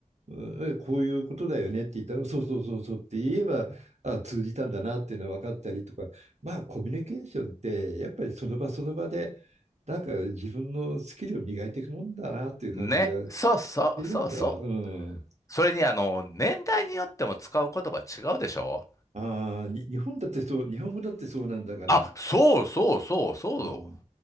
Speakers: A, on the right; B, on the left.
A: うんえこういうことだよねって言ったら、そうそうそうそうって言えば、あ、通じたんだなっていうのは分かったりとか、まあ、コミュニケーションって、やっぱりその場その場で、なんか自分のスキルを磨いていくもんだなっていう感じがしてるんだわ。
B: ん。ね、そうそう、そうそう、
A: うん。
B: それにあの、年代によっても使う言葉違うでしょ
A: ああ、に日本だってそう、日本語だってそうなんだから、
B: あ、そうそうそうそ
A: うん、